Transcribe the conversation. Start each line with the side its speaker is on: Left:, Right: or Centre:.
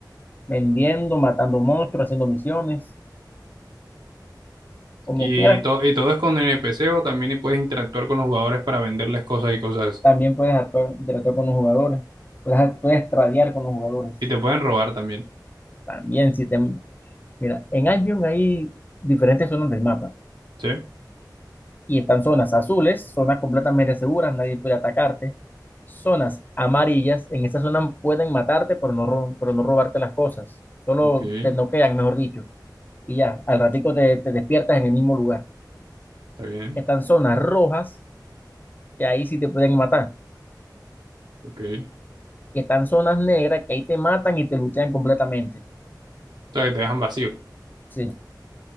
Left: vendiendo, matando monstruos, haciendo misiones, como
Right: Y,
Left: quieras.
Right: to- y todo es con NPC o también y puedes interactuar con los jugadores para venderles cosas y cosas. así.
Left: También puedes actuar, interactuar con los jugadores, puedes, puedes tradear con los jugadores.
Right: Y te pueden robar también.
Left: También si te... Mira, en Albion hay diferentes zonas del mapa
Right: ¿Sí?
Left: y están zonas azules, zonas completamente seguras, nadie puede atacarte. Zonas amarillas, en esta zona pueden matarte, pero no, ro- pero no robarte las cosas. Solo
Right: Ok, está
Left: te noquean, mejor dicho. Y ya, al ratico te, te despiertas en el mismo lugar.
Right: bien.
Left: Están zonas rojas, que ahí sí te pueden matar
Right: Ok. O
Left: que están zonas negras, que ahí te matan y te lutean completamente.
Right: sea, que te dejan vacío.
Left: Sí.